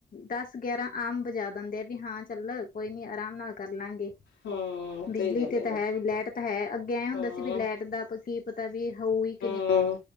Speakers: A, on the left; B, on the left.
A: ਦਸ ਗਿਆਰਾਂ ਆਮ ਬਜਾ ਦਿੰਦੇ ਆ, ਵੀ ਹਾਂ ਚੱਲ ਕੋਈ ਨੀ ਆਰਾਮ ਨਾਲ ਕਰਲਾਂਗੇ।
B: ਹਮ
A: ਬਿਜਲੀ
B: ਸਹੀ ਗੱਲ
A: ਤੇ ਤਾਂ
B: ਜੀ
A: ਹੈ ਵੀ ਲਾਈਟ ਤਾਂ ਹੈ, ਅੱਗੇ ਐ ਹੁੰਦਾ
B: ਹਮ
A: ਸੀ ਵੀ ਲਾਈਟ ਦਾ ਅਪਾਂ ਕੀ ਪਤਾ ਵੀ ਹੋਈ <unintelligible>
B: ਹਮ,